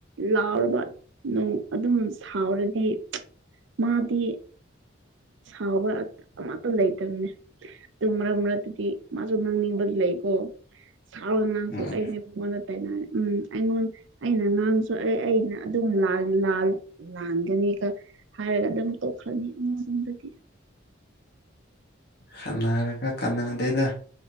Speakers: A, on the right (about 65°); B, on the left (about 55°).
A: ꯂꯥꯎꯔꯕ ꯅꯨꯡ ꯑꯗꯨꯝ ꯁꯥꯎꯔꯗꯤ ꯃꯥꯗꯤ ꯁꯥꯎꯕ ꯑꯠ ꯑꯃꯠ ꯇꯨ ꯂꯩꯇꯕꯅꯦ ꯗꯨ ꯃꯔꯛ ꯃꯔꯛꯇꯗꯤ ꯃꯥꯖꯨ ꯉꯥꯡꯅꯤꯡꯕ ꯂꯩꯀꯣ ꯁꯥꯎꯔ ꯅꯪꯁꯨ
B: ꯎꯝ
A: ꯑꯩꯅꯦ ꯑꯩꯉꯣꯟꯗ ꯇꯥꯏꯅꯩ ꯎꯝ ꯑꯩꯉꯣꯟ ꯑꯩꯅ ꯉꯥꯡꯔꯁꯨ ꯑꯩ ꯑꯩꯅ ꯑꯗꯨꯝ ꯂꯥꯜ ꯂꯥꯜ ꯂꯥꯟꯒꯅꯤꯒ ꯍꯥꯏꯔꯒ ꯑꯗꯨꯝ ꯇꯣꯛꯈ꯭ꯔꯅꯤ ꯑꯃꯨꯔꯣꯝꯗꯗꯤ
B: ꯁꯅꯔꯒ ꯀꯥꯟꯅꯗꯦꯗ